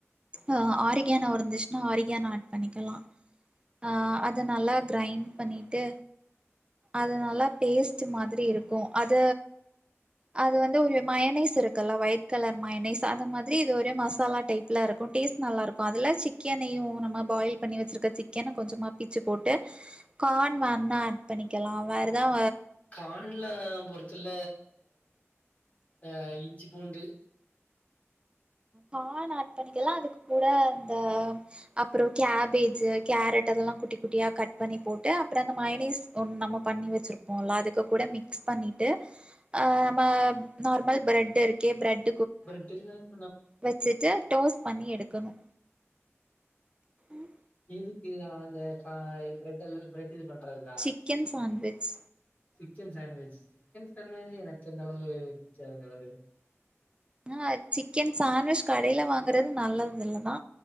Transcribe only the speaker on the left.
கான்ல பொறத்துல அ இஞ்சி பூண்டு
பிரட்டில நம்
இதுக்கு அ அந்த கா பிரெட்ல் பிரெட் இது பண்றதுக்கா
chicken sandwich chicken sandwich எனக்கு அந்தளவு பிடிக்காது அந்தளவு